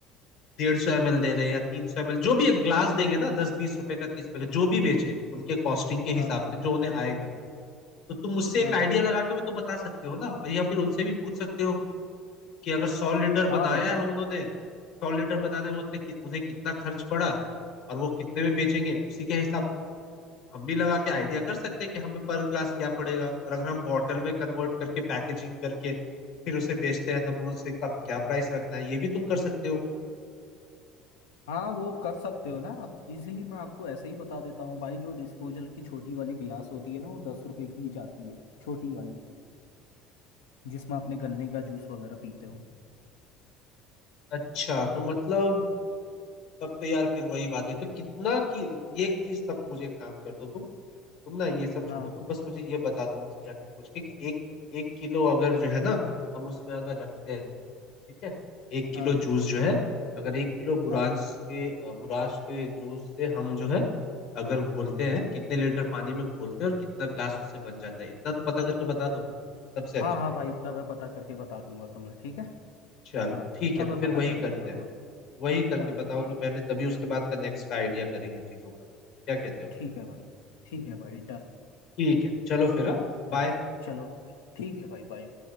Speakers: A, on the left (about 70°); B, on the left (about 85°).
A: डेढ़ सौ एम एल दे रहे हैं या तीन सौ एम एल जो भी एक ग्लास देंगे ना दस बीस रुपए का तीस रुपए का जो भी बेचे उनके कॉस्टिंग के
B: हाँ
A: हिसाब से जो उन्हें आएगा तो तुम मुझसे एक
B: हाँ
A: आइडिया लगा के भी तो बता सकते हो ना और या फिर उनसे भी पूछ सकते हो कि अगर सौ लीटर
B: हाँ
A: बनाया
B: भाई
A: है उन्होंने सौ लीटर बनाने में उतने- उन्हें कितना खर्च पड़ा और वो कितने में बेचेंगे उसी के हिसाब हम भी लगा के आइडिया कर सकते हैं कि हमें पर ग्लास क्या पड़ेगा और अगर हम बॉटल में कन्वर्ट करके पैकेजिंग करके फिर उसे बेचते हैं तो हमें उससे कब क्या प्राइस रखना है ये भी तुम कर सकते हो
B: हाँ वो कर सकते हो ना आप इजीली मैं आपको ऐसे ही बता देता हूँ भाई जो डिस्पोजल की छोटी वाली गिलास होती है ना वो दस रुपए की ही जाती है छोटी वाली जिसमें आपने गन्ने का जूस वगैरह पीते हो
A: अच्छा तो मतलब तब तो यार फिर वही बात है तो कितना की ये एक चीज तब मुझे एक काम कर दो तुम तुम ना ये सब छोड़ो
B: हाँ
A: तुम बस मुझे ये बता दो उनसे जाके पूछ के कि एक एक किलो अगर जो है ना हम उसमें अगर रखते हैं ठीक है एक किलो
B: हाँ
A: जूस जो है अगर एक किलो बुरांश
B: हाँ
A: के अ, बुराश के जूस से हम जो है अगर घोलते हैं कितने लीटर पानी में घोलते हैं और कितना ग्लास उससे बन जाता है इतना तो पता करके बता दो सबसे
B: हाँ
A: अच्छा
B: हाँ
A: रहेगा
B: भाई इतना मैं पता करके बता दूंगा तुम्हें ठीक है
A: चलो
B: हाँ
A: ठीक
B: इतना
A: है तो
B: मैं
A: फिर
B: पता
A: वही
B: करके
A: करते
B: बता दूंगा
A: हैं वही करके
B: हाँ
A: बताओ
B: ठीक
A: तो पहले तभी उसके बाद का नेक्स्ट का आइडिया करेंगे चीज़ों का क्या कहते हो
B: ठीक है भाई ठीक है भाई डन
A: ठीक है चलो फिर हाँ बाय
B: हाँ चलो ठीक है भाई बाय